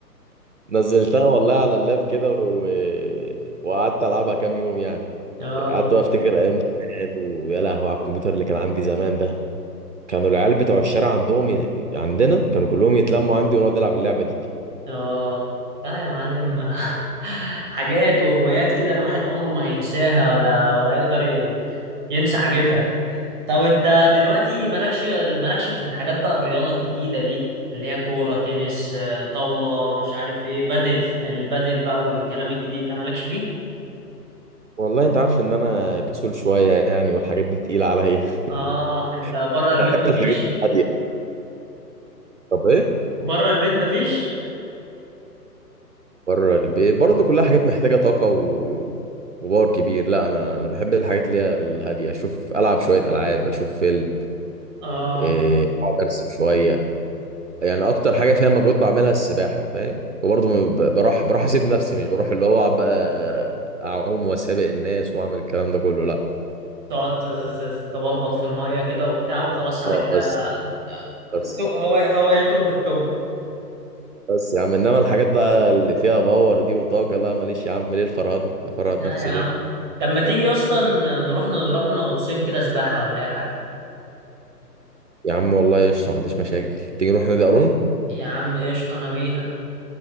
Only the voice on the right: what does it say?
نزلتها والله على اللاب كده و... وقعدت العبها كام يوم يعني
قعدت بقى افتكر ايام زمان ويا لهوي على الكمبيوتر اللي كان عندي زمان ده كانوا العيال بتوع الشارع عندهم ي... عندنا كانوا كلهم يتلموا عندي ونقعد نلعب اللعبه دي
والله انت عارف ان انا كسول شويه يعني والحاجات دي تقيله عليا
<laughs>
بحب
الحاجات الهاديه طب ايه
بره البيت برضه كلها حاجات محتاجه طاقه و... وباور كبير لا انا انا بحب الحاجات اللي هي الهاديه اشوف العب شويه العاب اشوف فيلم
إيه، اقعد ارسم شويه يعني اكتر حاجه فيها مجهود بعملها السباحه فاهم وبرضه ما ب- بروح بروح اسيب نفسي مش بروح اللي هو أقعد بقى اعوم واسابق الناس واعمل الكلام ده كله لا
اه
بس
بس
بس يا عم انما الحاجات بقى اللي فيها باور دي وطاقه لا ماليش يا عم ليه الفرهده افرهد
نفسي
ليه
يا عم والله قشطه ما عنديش مشاكل تيجي نروح نادي قارون